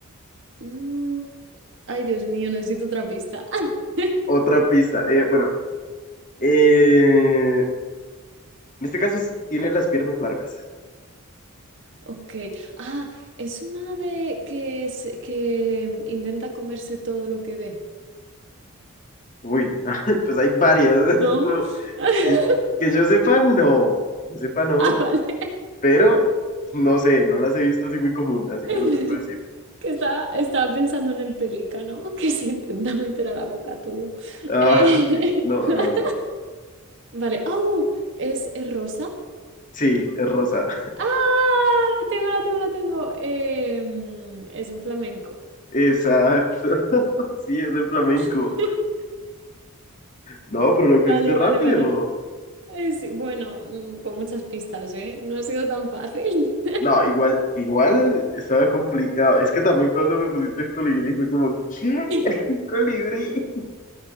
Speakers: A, on the right; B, on the left.
A: Mm, ay Dios mío, necesito otra pista. <laughs>
B: otra pista. Eh, bueno, eh, en este caso se- tiene las piernas largas.
A: Ok, ah, es un ave que, se- que intenta comerse todo lo que ve.
B: Uy, <laughs> pues hay varias. <laughs>
A: No.
B: Es como,
A: <laughs>
B: eh, que yo sepa, no. Que yo sepa, no.
A: Ah, vale.
B: Pero no sé, no las he visto así muy común,
A: <laughs>
B: así
A: Que
B: que no te puedo decir.
A: estaba, estaba pensando en el pelícano que se intenta meter a la boca todo.
B: Ah,
A: Eh,
B: <laughs> ok. No,
A: <laughs>
B: no, no.
A: Vale. ¡Oh! ¿Es, es rosa?
B: Sí, es rosa.
A: ¡Ah! La tengo, la tengo, la tengo. Em, es un flamenco.
B: Exacto. <laughs> Sí, es el flamenco.
A: <laughs>
B: No, pero lo que
A: Vale,
B: viste rápido.
A: vale, vale. Es, bueno, mm, con muchas pistas, ¿eh? No ha sido tan fácil.
B: No, igual, igual estaba complicado. Es que también cuando me pusiste el colibrí fue como, ¿qué?
A: <laughs>
B: <laughs> ¿Colibrí?